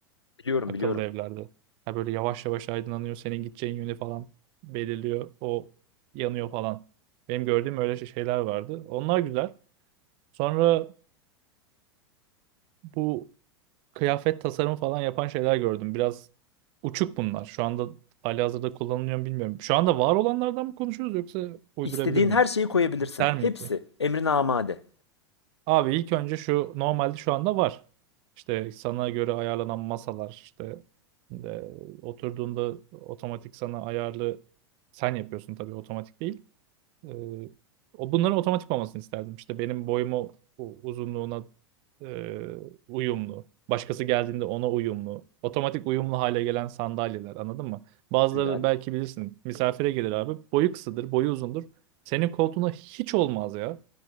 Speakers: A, on the left; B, on the right.
A: Biliyorum,
B: akıllı
A: biliyorum.
B: evlerde. Ha böyle yavaş yavaş aydınlanıyor senin gideceğin yönü falan belirliyor o yanıyor falan. Benim gördüğüm öyle şey- şeyler vardı. Onlar güzel. Sonra bu kıyafet tasarımı falan yapan şeyler gördüm. Biraz uçuk bunlar. Şu anda halihazırda kullanılıyor mu bilmiyorum. Şu anda var olanlardan mı konuşuyoruz yoksa uydurabilir
A: İstediğin
B: miyim?
A: her şeyi koyabilirsin.
B: Der
A: Hepsi
B: mi?
A: emrine amade.
B: Abi ilk önce şu normalde şu anda var. İşte sana göre ayarlanan masalar işte e, oturduğunda otomatik sana ayarlı sen yapıyorsun tabii otomatik değil. E, o bunların otomatik olmasını isterdim. İşte benim boyuma u- uzunluğuna e, uyumlu. Başkası geldiğinde ona uyumlu. Otomatik uyumlu hale gelen sandalyeler anladın mı? Bazıları
A: Güzel.
B: belki bilirsin misafire gelir abi. Boyu kısadır, boyu uzundur. Senin koltuğuna hiç olmaz ya.